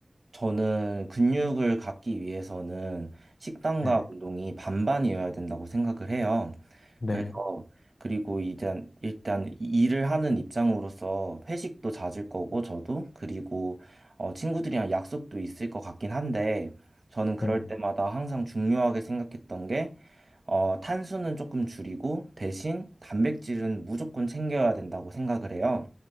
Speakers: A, on the right; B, on the left.
A: 저는 근육을 갖기 위해서는 식단과
B: 네,
A: 운동이 반반이어야 된다고 생각을 해요.
B: 네,
A: 그래서 그리고 이제 일단 일을 하는 입장으로서 회식도 잦을 거고 저도 그리고 어, 친구들이랑 약속도 있을 것 같긴 한데 저는 그럴
B: 네,
A: 때마다 항상 중요하게 생각했던 게 어, 탄수는 조금 줄이고 대신 단백질은 무조건 챙겨야 된다고 생각을 해요.